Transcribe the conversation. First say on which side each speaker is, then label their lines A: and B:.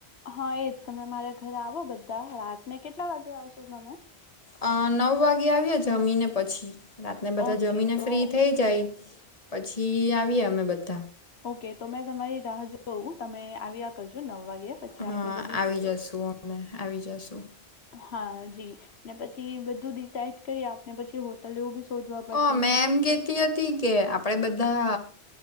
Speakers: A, on the left (about 80°); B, on the left (about 35°).
A: હા એજ. તમે મારે ઘરે આવો બધા રાતને કેટલા વાગે આવશો તમે?
B: અ -નવ વાગે આવી એ જમીને પછી. રાતને બધા
A: ઓકે
B: જમીને
A: તો
B: ફ્રી થઈ જાય પછી, આવીએ અમે બધા.
A: ઓકે. તો મેં તમારી રાહ જોઉં તમે આવ્યા કરજો નવ વાગે. પછી
B: હા
A: આપને બધું
B: આવી
A: જોઈએ
B: જશુ અમે, આવી જશુ.
A: હા જી ને પછી બધું ડિસાાઈડ કરી આપને પછી હો ટલો બી શોધવા પડશે
B: અ- મે
A: ને
B: એમ કેહતી હતી. કે આપણે બધા